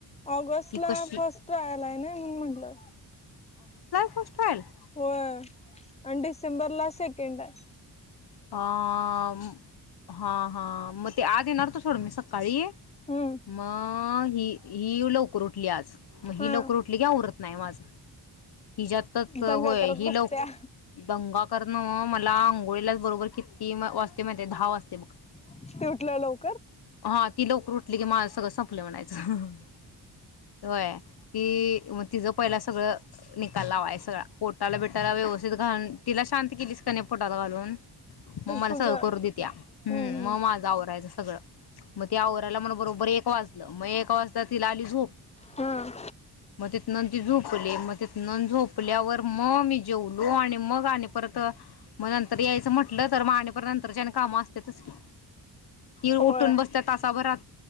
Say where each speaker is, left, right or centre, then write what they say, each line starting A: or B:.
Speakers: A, on the left (about 15°); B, on the left (about 65°).
A: ऑगस्ट
B: ही
A: ला
B: कशी
A: फर्स्ट आलाय नाही मनुन म्हटलं
B: <unintelligible>
A: होय आणि डिसेंबर ला सेकंड आहय
B: अ हा हा मग ते आज येणार होतो सोड मी सकाळी
A: हम्म
B: मग ही ही लवकर उठली आज मग ही
A: हा.
B: लवकर उठली की आवरत नाई माझं हिच्यातच होय
A: दंगा करत
B: ही
A: बसत्या
B: लव दंगा करत मग मला आंघोळीला बरोबर किती वाजते माहितेय ते दहा वाजतय बघ
A: ती उठल्यावर लवकर.
B: हा ती लवकर उठली की माझं सगळं सम म्हणायचं. होय ति मग तिचं पहिला सगळं निकाल लावाय पोटाला बिटाला व्यवस्थित घालून तिला शांत केलीस कनी पोटला घालून, मग मला
A: तुझ
B: सगळं
A: हम्म
B: करू दित्या. हम मग
A: हम्म
B: माझा आवरायच सगळं. मग त्य आवरायला मला बरोबर एक वाजलं. मग एक वाजता तिला आली झोप,
A: हा.
B: मग तिथनं ती झोपली मग मग झोपल्यावर मग मी जेवलो आणि मग आणि परत मग नंतर यायचं म्हटलं तर मग आणि परत नंतरची आणि कामं असत्यातच की. ती उठून
A: होय
B: बसत्या तासाभरात,